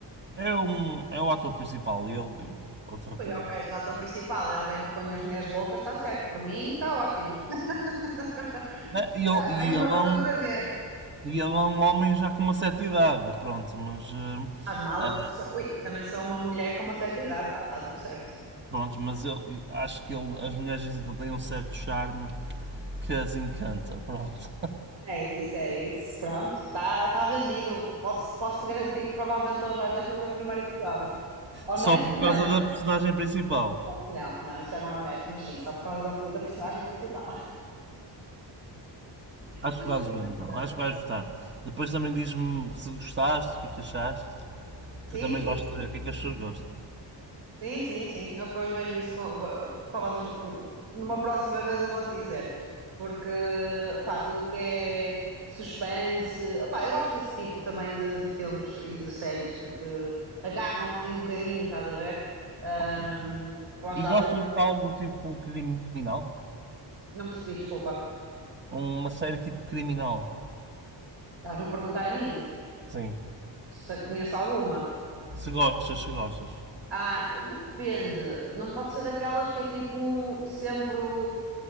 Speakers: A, on the right; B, on the right.
A: É, um, é o ator principal, ele e outra rapariga.
B: Foi ok, se o ator principal é alguém que põe as mulheres loucas, está certo. Por mim, está ótimo. <laughs>
A: É, e, ele,
B: Ah,
A: e,
B: mais uma
A: ele é um,
B: razão para ver.
A: e ele é um homem já com uma certa idade, pronto, mas. eh,
B: As malas,
A: ah,
B: também sou, ui, também sou uma mulher com uma certa idade, está tá tudo certo.
A: pronto, mas eu acho que ele, as mulheres dizem que ele tem um certo charme que as encanta, pronto.
B: É isso, é isso. Pronto, está tá vendido. Posso, posso-te garantir que provavelmente hoje à noite vou ver o primeiro episódio. Honestamente.
A: Só por causa da personagem principal.
B: Não, não, isso já não é honesto, mas sim, só por causa da da personagem principal.
A: Acho
B: Perfeita.
A: que fazes bem então, acho que vais gostar. Depois também diz-me se gostaste, o que é que achaste.
B: Sim,
A: Que eu também
B: sim,
A: gosto de ver o que é que as pessoas gostam.
B: sim, sim, sim. Eu depois vejo isso, com, va- falamos de outro, numa próxima vez eu vou-te dizer, porque, pá, tudo o que é suspense, pá, eu gosto desse tipo também de, de filmes e de séries que te agarram ali um bocadinho, estás a ver? Ahm,
A: Ok.
B: lá está,
A: E
B: alguém-
A: gostas de algo tipo criminal?
B: não percebi, desculpa.
A: Uma série tipo criminal?
B: Estás-me a perguntar a mim
A: Sim.
B: se conheço alguma.
A: Se gostas, se gostas.
B: Ah, depende. Não pode ser daquelas que é tipo sempre. o-